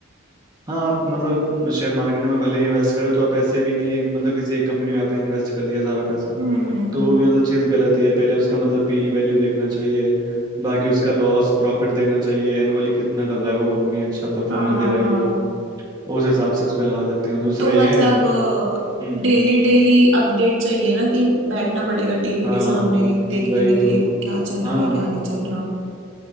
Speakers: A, on the right (about 20°); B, on the right (about 65°).
A: हाँ आप मतलब शेयर मार्केट में भले ही इन्वेस्ट करो तो आप ऐसे भी नहीं है कि मतलब किसी एक कंपनी में आपने इन्वेस्ट कर दिया सारा पैसा
B: हम्म हम्म
A: तो
B: हम्म।
A: वो भी मतलब चीज़ गलत ही है पहले उसका मतलब पी वैल्यू देखना चाहिए बाकी उसका लॉस प्रॉफिट देखना चाहिए एनुअली कितना कर रहा है वो कंपनी अच्छा परफॉर्मेंस
B: हाँ
A: दे रहा
B: हाँ
A: है
B: हाँ
A: कि नहीं उस हिसाब से उस पर लगा सकते हैं और दूसरा
B: तो
A: ये
B: मतलब
A: है हम्म
B: डेली डेली अपडेट चाहिए ना कि बैठना पड़ेगा टीवी
A: हाँ
B: के सामने देखने
A: वही
B: के लिए
A: तो
B: क्या चल
A: हाँ
B: रहा है क्या नहीं चल रहा